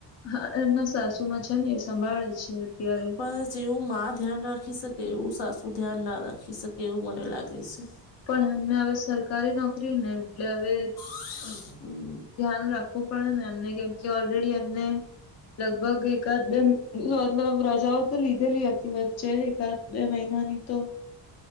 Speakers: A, on the left; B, on the left.
A: હા એમના સાસુ માં છે ને એ સંભાળે છે અત્યારે
B: પણ જેવું માં ધ્યાન રાખી શકે એવું સાસુ ધ્યાન ના રાખી શકે એવું મને લાગે છે.
A: પણ એમને હવે સરકારી નોકરી ને એટલે હવે
B: <inaudible>
A: ધ્યાન રાખવું પડે ને એમને કેમ કે ઓલરેડી એમને લગભગ એકાદ બે મતલબ રજાઓ તો લીધેલી હતી વચ્ચે એકાદ બે મહિના ની તો